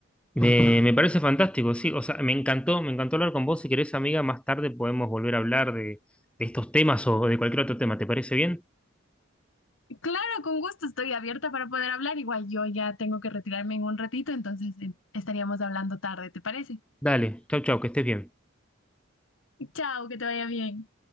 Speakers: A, in the centre; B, on the left.
A: me, <laughs> me parece fantástico, sí. O sea, me encantó, me encantó hablar con vos. Si querés, amiga, más tarde podemos volver a hablar de, de estos temas o de cualquier otro tema. ¿Te parece bien?
B: Claro, con gusto, estoy abierta para poder hablar. Igual yo ya tengo que retirarme en un ratito, entonces eh, estaríamos hablando tarde, ¿te parece?
A: Dale, chau, chau, que estés bien.
B: Chao, que te vaya bien.